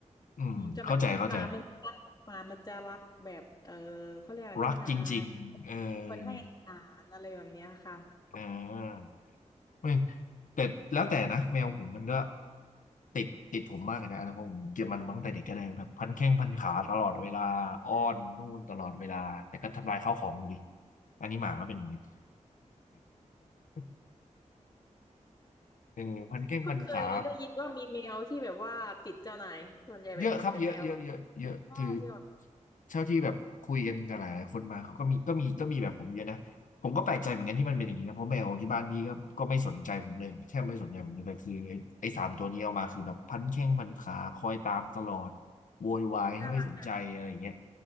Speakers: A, on the left; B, on the left.
A: อืมเข้าใจเข้าใจ
B: อืมจะแบบหมามันรักหมามันจะรักแบบเออเขาเรียกอะไรเจ้านาย
A: รักจริงๆเอ
B: คนให้อาหารอะไรแบบเนี้ยค่ะ
A: ออ่าไม่แต่แล้วแต่นะแมวผมมันก็ติดติดผมมากเลยนะนะเพราะผมเก็บมันมาตั้งแต่เด็กก็เลยแบบพันแข้งพันขาตลอดเวลาอ้อนนู่นตลอดเวลาแต่ก็ทำลายข้าวของอยู่ดีอันนี้หมาก็เป็นเหมือนกัน <laughs> เออพันแข้งพันขา
B: เพิ่งเคยได้ยินว่ามีแมวที่แบบว่าติดเจ้านายส่วนใหญ่แบบเห็นแต่แมว
A: เยอะครับเยอะเยอะเยอะเยอะคือ
B: อ๋อจริงเหรอ
A: เท่าที่แบบคุยกันกับหลายๆคนมาเขาก็มีก็มีก็มีแบบผมเยอะนะผมก็แปลกใจเหมือนกันที่มันเป็นอย่างนี้นะเพราะแมวที่บ้านพี่ก็ก็ไม่สนใจผมเลยแทบไม่สนใจผมเลยแต่คือไอ้ไอ้สามตัวนี้เอามาคือแบบพันแข้งพันขาคอยตามตลอดโวยวายถ้าไม่สนใจอะไรอย่างเงี้ย
B: น่ารัก